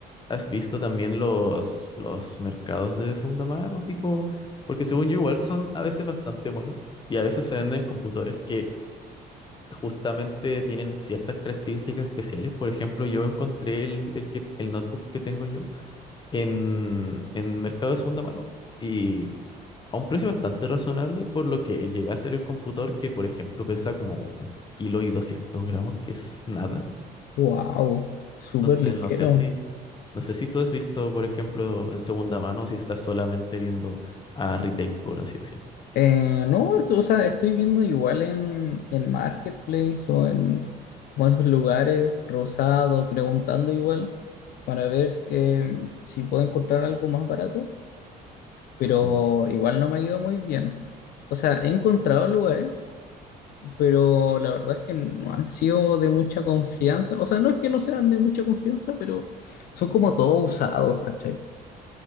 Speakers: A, on the left; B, on the left.
A: ¿has visto también los, los mercados de segunda mano? Tipo, porque según yo igual son a veces bastante buenos y a veces se venden computadores que justamente tienen ciertas características especiales. Por ejemplo, yo encontré el, el, que, el notebook que tengo yo en, en mercado de segunda mano y a un precio bastante razonable, por lo que llega a ser el computador que, por ejemplo, pesa como un kilo y 200 gramos, que es nada.
B: Wow, súper
A: Entonces,
B: ligero.
A: no sé si, no sé si tú has visto, por ejemplo, en segunda mano, si estás solamente viendo a retail, por así decirlo.
B: Eh, no, esto- o sea, estoy viendo igual en, en Marketplace o en como esos lugares, Rosado, preguntando igual para ver eh, si puedo encontrar algo más barato, pero
A: Ujú.
B: igual no me ha ido muy bien. O sea, he encontrado lugares pero la verdad es que no han sido de mucha confianza. O sea, no es que no sean de mucha confianza, pero son como todos usados, ¿cachai?